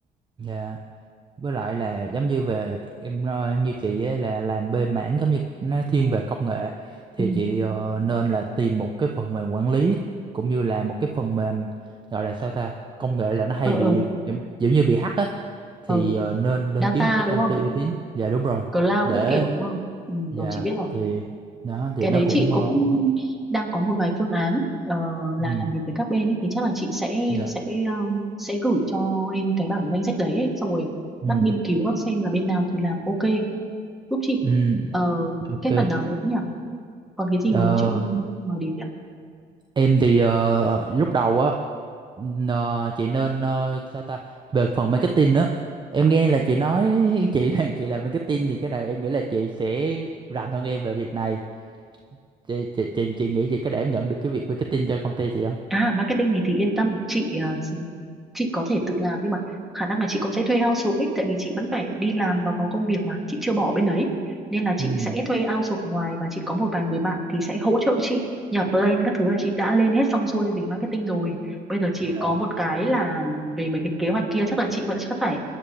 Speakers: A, on the right; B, in the centre.
A: dạ. với lại là giống như về em ờ, như chị ấy là làm bên mảng giống như nó thiên về công nghệ thì
B: ừ.
A: chị ờ, nên là tìm một cái phần mềm quản lý cũng như là một cái phần mềm gọi là sao ta công nghệ là nó hay
B: Ờ
A: bị
B: ờ
A: giống giống như bị hack á thì
B: ờ
A: ờ, nên nên
B: Data
A: kiếm một cái
B: đúng
A: công
B: không
A: ty uy tín dạ đúng rồi
B: Cloud
A: để
B: các kiểu đúng không ừ,
A: dạ
B: Rồi chị biết rồi
A: thì đó thì
B: Cái
A: nó
B: đấy
A: cũng
B: chị cũng
A: ờ, ổn.
B: đang có một vài phương án ờ, là
A: ừ
B: làm việc với các bên ấy thì chắc là chị sẽ
A: dạ
B: sẽ ờ, sẽ gửi cho em cái bảng danh sách đấy ấy. Xong rồi
A: ừ
B: bác nghiên cứu bác xem là bên nào thì làm ok giúp chị
A: ừ
B: ờ,
A: ok
B: cái phần nào nữa nhỉ còn cái gì
A: Ờ,
B: mà mình chưa nói đến nhỉ
A: em thì ờ, lúc đầu á Ờ, chị nên ờ, sao ta về phần marketing nữa em nghe là chị nói <laughs> chị đang chị làm marketing thì cái này em nghĩ là chị sẽ rành hơn em về việc này chị chị chị, chị nghĩ chị có đảm nhận được cái việc marketing cho công ty chị không
B: à marketing thì, thì yên tâm chị ờ, chị chị có thể tự làm nhưng mà khả năng là chị cũng sẽ thuê outsource ấy, tại vì chị vẫn phải đi làm và có công việc mà chị chưa bỏ bên đấy nên là chị
A: ừ
B: sẽ thuê outsource ngoài và chị có một vài người bạn thì sẽ hỗ trợ chị nhà plan các thứ là chị đã lên hết xong xuôi về marketing rồi bây giờ chỉ
A: Dạ.
B: có một cái là về mấy cái kế hoạch kia chắc là chị vẫn sẽ phải